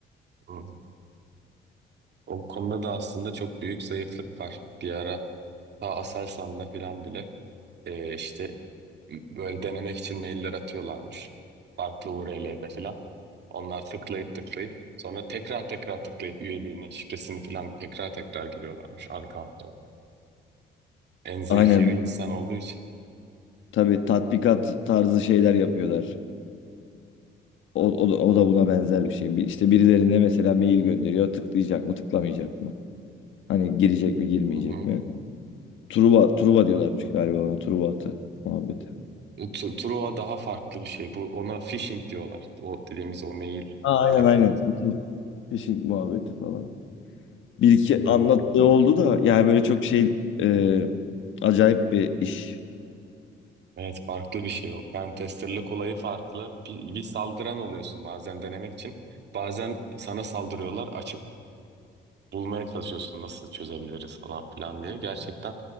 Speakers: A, on the right; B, on the left.
A: hmm. O konuda da aslında çok büyük zayıflık var. Bir ara ta Aselsan'da falan bile eee, işte böyle denemek için mailler atıyorlarmış. Farklı URL'de falan. Onlar tıklayıp tıklayıp sonra tekrar tekrar tıklayıp üyeliğini, şifresini falan tekrar tekrar giriyorlarmış arka arkaya. En zayıf
B: Aynen
A: yeri insan olduğu için.
B: tabii tatbikat tarzı şeyler yapıyorlar. O, o, da o da buna benzer bir şey. Bir, işte birilerine mesela mail gönderiyor. Tıklayacak mı, tıklamayacak mı? Hani girecek mi, girmeyecek
A: Hı hı.
B: mi? Truva, Truva diyorlarmış galiba ona. Truva atı muhabbeti.
A: Tru- Truva daha farklı bir şey. Bu ona phishing diyorlar. O dediğimiz o mail
B: Aa,
A: ataklarına.
B: aynen aynen. Phishing phishing muhabbeti falan. Bir iki
A: Aynen.
B: anlattığı
A: öyle.
B: oldu da yani böyle çok şey e, acayip bir iş.
A: Evet farklı bir şey o. Pentesterlık olayı farklı. Bir, bir saldıran oluyorsun bazen denemek için. Bazen sana saldırıyorlar. açık. bulmaya çalışıyorsun nasıl çözebiliriz falan filan diye. Gerçekten